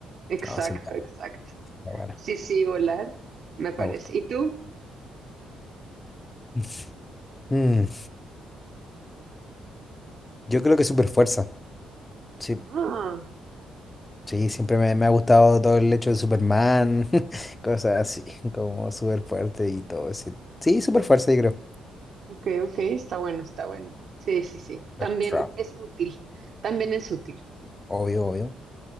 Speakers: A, on the right; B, on the left.
A: exacto,
B: No, sería
A: exacto.
B: bueno,
A: Sí, sí, volar me parece.
B: me gusta.
A: ¿Y tú?
B: <laughs> Mm, yo creo que super fuerza. Sí,
A: Ah,
B: sí, siempre me, me ha gustado todo el hecho de Superman, <laughs> cosas así, como super fuerte y todo ese. Sí, super fuerza, yo creo.
A: Ok, ok, está bueno, está bueno. Sí, sí, sí. También
B: Strong.
A: es útil, también es útil.
B: Obvio, obvio.